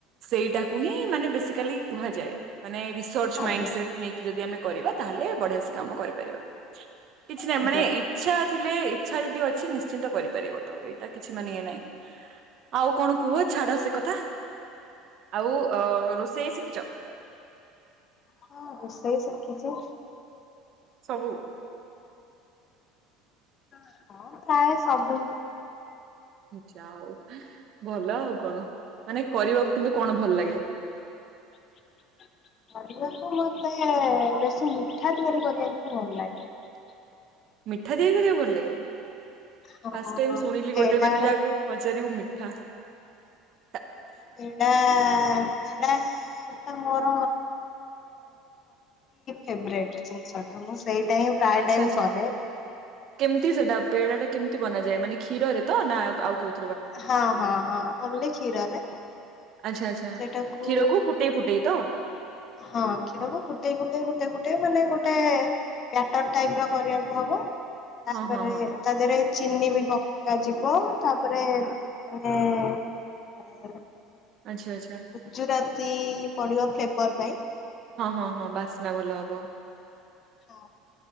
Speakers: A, on the right (about 40°); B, on the left (about 30°).
A: ସେଇଟାକୁ ହିଁ ମାନେ ବେସିକାଲି କୁହାଯାଏ, ମାନେ ରିସଚ
B: ଆଜ୍ଞା
A: ମାଇ ସେଟ ନେଇକି ଯଦି ଆମେ କରିବା ତାହେଲେ ବଢିଆ ସେ କାମ କରିପାରିବା କିଛି ନାହିଁ
B: ଆଜ୍ଞା।
A: ମାନେ ଇଛା ଥିଲେ ଇଚ୍ଛା ଯଦି ଅଛି ନିଶ୍ଚିନ୍ତ କରିପାରିବ ତମ ଏଇଟା କିଛି ମାନେ ଇଏ ନହିଁ। ଆଉ କଣ କୁହ? ଛାଡ ସେ କଥା। ଆଉ ଅ ରୋଷେଇ ଶିଖିଛ?
B: ହ ରୋଶେଇ ଶିଖିଚି।
A: ସବୁ?
B: ହଁ ପ୍ରାୟ ସବୁ।
A: ଯା ହଉ ଭଲ ଆଉ କଣ? ମାନେ କରିବାକୁ କିନ୍ତୁ କଣ ଭଲ ଲାଗେ?
B: <unintelligible> <unintelligible> ମିଠା ତିଆରି କରିବାକୁ ଭଲ ଲାଗେ।
A: ମିଠା ତିଆରି କରିବାକୁ ଭଲ ଲାଗେ
B: ହଁ
A: ଫାଷ୍ଟ ଟାଇମ ଶୁଣିଲି
B: ପେଡା
A: ଗୋଟେ ମାନେ ଯାହାକୁ ପଚାରିବୁ ମି ହା ହା।
B: ପେଡ଼ା ପେଡା ଟା ମୋର ଫେବୋରାଇଟ ଜିନିଷ ଟା ମୁଁ ସେଇଟା ହିଁ ପ୍ରାୟ
A: ଆଚ୍ଛା
B: ଟାଇମ
A: ଆଚ୍ଛା
B: କରେ।
A: କେମିତି ସେଟା ପେଡା ଟା କେମିତି ବନାଯାଏ ମାନେ କ୍ଷୀରରେ ତ ନା ଆଉ କଉ
B: ହଁ ହଁ ହଁ ଓଁଲି ଖୀରରେ।
A: ଆଚ୍ଛା ଆଚ୍ଛା
B: ସେଟାକୁ
A: କ୍ଷୀରକୁ ଫୁଟେଇ ଫୁଟେଇ ତ
B: ହଁ କ୍ଷୀରକୁ ଫୁଟେଇ ଫୁଟେଇ ଫୁଟେଇ ଫୁଟେଇ ମାନେ ଗୋଟେ ଗୋଟେ ବ୍ୟାଟର୍ ଟାଇପ ର କରିବାକୁ ହବ ତାପରେ
A: ହଁ ହଁ ହଁ
B: ତା ଦେହରେ ଚିନି ବି ପକାଯିବ ତାପରେ ମାନେ
A: ଆଚ୍ଛା ଆଚ୍ଛା।
B: ଗୁଜୁରାତି ପଡିବ ଫେବର୍ର ପାଇଁ।
A: ହଁ ହଁ ହଁ ବାସ୍ନା ଭଲ ହବ।
B: ହଁ